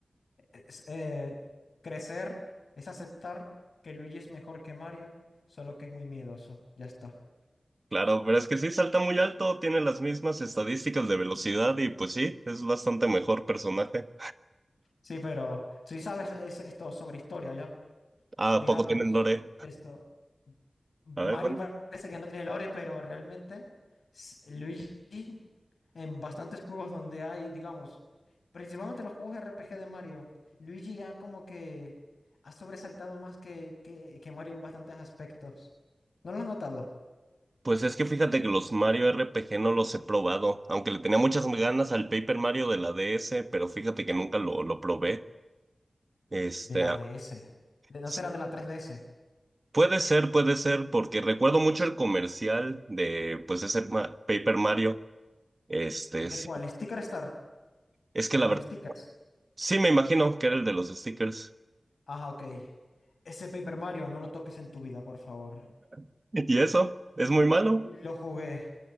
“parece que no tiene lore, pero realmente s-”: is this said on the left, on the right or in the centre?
Left